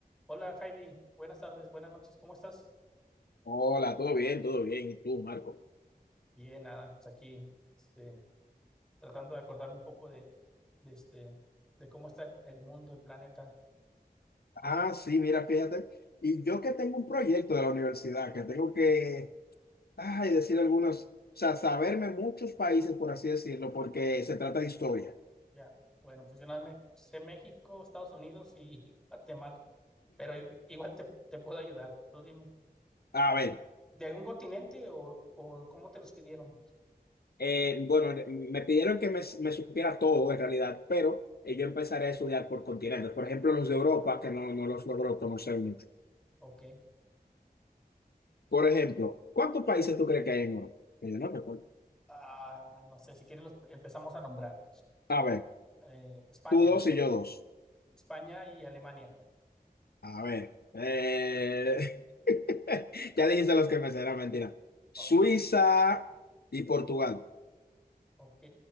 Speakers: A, in the centre; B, on the left (about 80°).
A: Hola Javi, buenas tardes, buenas noches, ¿cómo estás?
B: Hola, todo bien, todo bien. ¿Y tú, Marco?
A: Bien, nada, pues aquí este, tratando de acordarme un poco de, de, este, de cómo está el, el mundo, el planeta.
B: Ah, sí, mira, fíjate. Y yo que tengo un proyecto de la universidad, que tengo que, ay, decir algunos, o sea, saberme muchos países, por así decirlo, porque se trata de historia.
A: Ya, bueno, pues yo nada me sé México, Estados Unidos y <laughs> Guatemala, pero i- igual te, te puedo ayudar, tú dime.
B: A ver,
A: ¿De algún continente o, o cómo te los pidieron?
B: eh, bueno, me pidieron que me, me supiera todo en realidad, pero eh, yo empezaré a estudiar por continentes. Por ejemplo, los
A: Sí,
B: de Europa, que no, no los logro conocer mucho.
A: ok.
B: Por ejemplo, ¿cuántos países tú crees que hay en Europa? Que Yo no recuerdo.
A: Ah, no sé, si quieres los empezamos a nombrar.
B: A ver,
A: Eh, España,
B: tú dos y yo dos.
A: España y Alemania.
B: A ver, eh, <laughs> ya dijiste los que me será mentira. Suiza
A: Ok,
B: y Portugal.
A: ok.